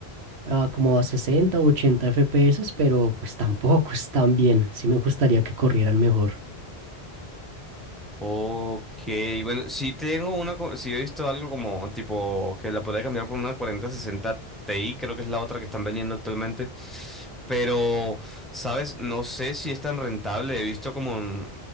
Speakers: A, on the right; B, in the centre.
A: a como a 60, o 80 FPS, pero pues tampoco están bien. Sí me gustaría que corrieran mejor.
B: Ok, bueno, si tengo una, si he visto algo como tipo que la podría cambiar por una cuarenta sesenta Ti, creo que es la otra que están vendiendo actualmente, pero, ¿sabes? No sé si es tan rentable, he visto como, un-